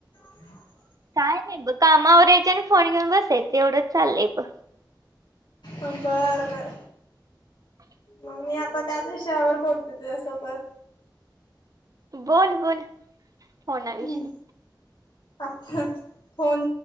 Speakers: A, on the left; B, on the right.
A: <unintelligible>
B: काय नाही बघ, कामावर आवरायचे आणि फोन घेऊन बसायचं एवढंच चाललंय बघ.
A: बर बर. मग मी आता त्याच विषयावर बोलते तुझ्यासोबत.
B: बोल बोल. फोनाविषयी
A: हम् आता फोन